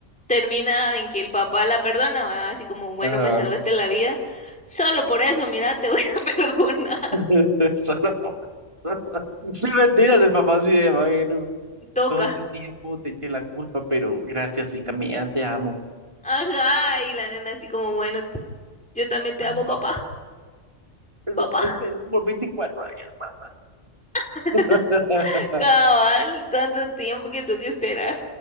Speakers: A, in the centre; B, on the right.
A: termina en que el papá la perdona, ¿va? Así como, bueno,
B: Ajá.
A: me salvaste la vida. Solo por eso, mira, te voy a <laughs> perdonar.
B: <laughs> Solo por- <laughs> Sí, mentira del papá así de bueno.
A: Toca.
B: Todo este tiempo te eché la culpa, pero gracias, hija mía, te amo.
A: Ajá, y la nena así como, bueno, yo también te
B: Ay,
A: amo,
B: papá
A: papá,
B: Eso,
A: papá.
B: es que por 24 años, más
A: <laughs>
B: <laughs>
A: Cabal, tanto tiempo que tuve que esperar.